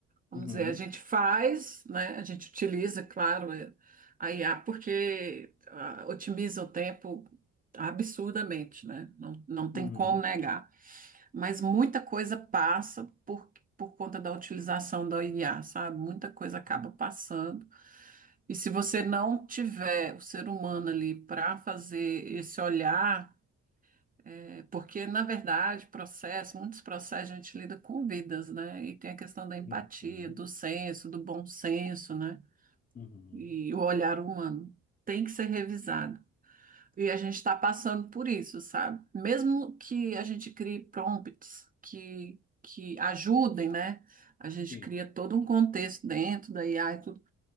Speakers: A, on the right; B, on the left.
A: Vamos
B: Uhum,
A: dizer, a gente faz, né? A gente utiliza, claro, é, a IA porque ah, otimiza o tempo absurdamente, né? Não, não tem
B: uhum,
A: como negar. Mas muita coisa passa por, por conta da utilização da IA, sabe? Muita coisa acaba passando. E se você não tiver o ser humano ali para fazer esse olhar é, porque, na verdade, processo, muitos processos a gente lida com vidas, né? E tem a questão da empatia,
B: uhum.
A: do senso, do bom senso, né?
B: Uhum.
A: E o olhar humano tem que ser revisado. E a gente está passando por isso, sabe? Mesmo que a gente crie prompts que, que ajudem, né? A gente
B: Sim,
A: cria todo um contexto dentro da IA e tudo,